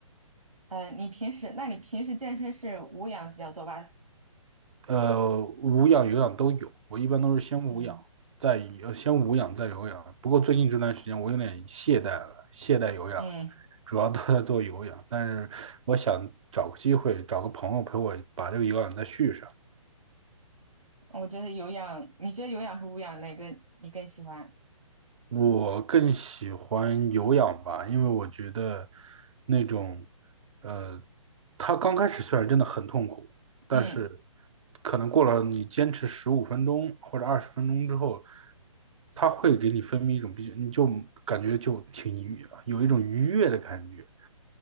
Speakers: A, on the right; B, on the right.
A: 呃，你平时那你平时健身是无氧比较多吧？
B: 呃，无氧有氧都有，我一般都是先无氧，
A: 嗯
B: 再呃先无氧再有氧。不过最近这段时间我有点懈怠了，懈怠有氧，
A: 嗯。
B: 主要都在做有氧。但是我想找个机会，找个朋友陪我把这个有氧再续上。
A: 我觉得有氧，你觉得有氧和无氧哪个你更喜欢？
B: 我更喜欢有氧吧，因为我觉得那种，呃，它刚开始虽然真的很痛苦，但是
A: 嗯
B: 可能过了你坚持十五分钟或者二十分钟之后，它会给你分泌一种比较，你就感觉就挺愉，有一种愉悦的感觉。